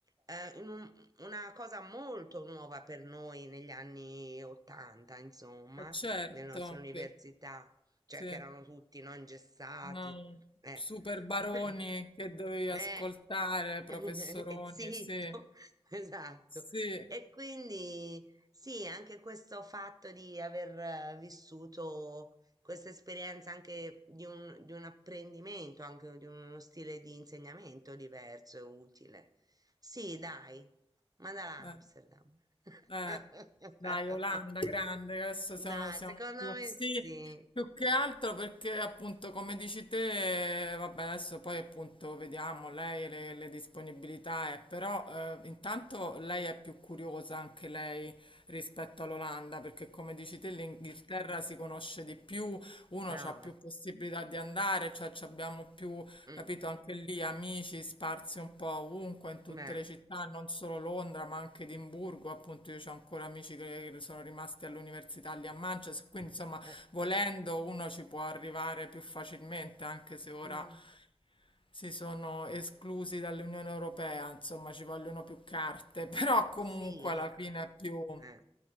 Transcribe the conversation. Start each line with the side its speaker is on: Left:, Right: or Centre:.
Right: eh, in un- una cosa molto nuova per noi negli anni 80, insomma
Left: è certo
Right: nella nostra università
Left: che
Right: cioè
Left: sì.
Right: che erano tutti no, ingessati,
Left: No,
Right: eh,
Left: super baroni
Right: <laughs>
Left: che dovevi ascoltare,
Right: eh,
Left: professoroni,
Right: <laughs> e zitto,
Left: sì,
Right: <laughs> esatto.
Left: sì.
Right: E quindi sì, anche questo fatto di aver eh, vissuto questa esperienza anche di un, di un apprendimento, anche di uno stile di insegnamento diverso e utile. Sì, dai, mandala
Left: eh.
Right: a Amsterdam. <laughs>
Left: Eh, dai, Olanda grande, adesso
Right: Dai,
Left: siamo, siamo
Right: secondo
Left: più,
Right: me
Left: sì,
Right: sì.
Left: più che altro perché appunto come dici te, eh, vabbè adesso poi appunto vediamo lei e le, le disponibilità, eh, però eh, intanto lei è più curiosa anche lei rispetto all'Olanda perché come dici te l'Inghilterra si conosce di più, uno
Right: Ah,
Left: ha più possibilità di andare, cioè ci abbiamo più
Right: mm,
Left: Capito? Anche lì amici sparsi un po' ovunque, in tutte
Right: beh,
Left: le città, non solo Londra, ma anche Edimburgo. Appunto, io ho ancora amici che sono rimasti all'università lì a Manchester. Quindi, insomma,
Right: eh,
Left: volendo uno ci può arrivare più facilmente, anche se ora
Right: mm,
Left: si sono esclusi dall'Unione Europea, insomma, ci vogliono più carte, <laughs> però comunque
Right: sì, eh.
Left: alla fine è più...
Right: Eh.